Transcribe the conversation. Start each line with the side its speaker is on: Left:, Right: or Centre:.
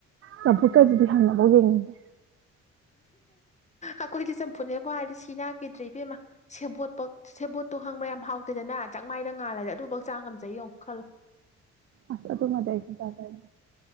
Right: ꯅꯕꯨꯛ
Left: ꯎꯝ
Right: ꯑꯗꯨꯗꯗꯤ ꯍꯥꯉꯕꯒ ꯌꯦꯡꯉꯗꯦ
Left: ꯑꯩꯈꯣꯏꯗꯤ ꯆꯝꯐꯨꯅꯦꯕ ꯍꯥꯏꯔꯗꯤ ꯁꯤ ꯅꯥꯈꯤꯦꯗ꯭ꯔ ꯏꯕꯦꯝꯃ ꯁꯦꯕꯣꯠꯄ ꯁꯦꯕꯣꯠꯇꯣ ꯍꯥꯡꯕ ꯌꯥꯝ ꯍꯥꯎ ꯑꯗꯨꯗꯅ ꯆꯥꯛ ꯃꯥꯏꯅ ꯉꯥꯜꯂꯁꯦ ꯑꯗꯨꯐꯛ ꯆꯥ ꯉꯝꯖꯩ ꯌꯦꯡꯉꯣ ꯈꯜꯂꯣ
Right: ꯑꯁ ꯇꯨ ꯃ ꯇ ꯍꯥꯏꯁꯤ ꯆꯒꯅ